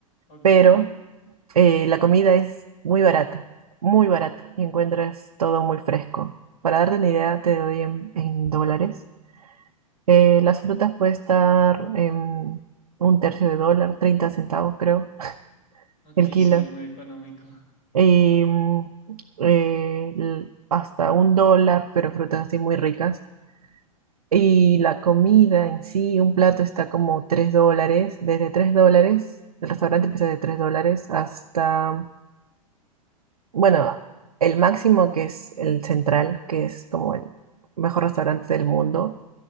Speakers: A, on the left; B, on the right.
A: Ok,
B: pero eh, la comida es muy barata, muy barata, y encuentras todo muy fresco. Para darte una idea, te doy en, en dólares. Eh, las frutas puede estar en un tercio de dólar, 30 centavos creo,
A: ok,
B: el kilo.
A: sí, es muy económico.
B: Y mm, eh, l- hasta un dólar, pero frutas así muy ricas. Y la comida en sí, un plato está como 3 dólares, desde 3 dólares, el restaurante empieza de 3 dólares hasta bueno, el máximo que es el Central, que es como el mejor restaurante del mundo,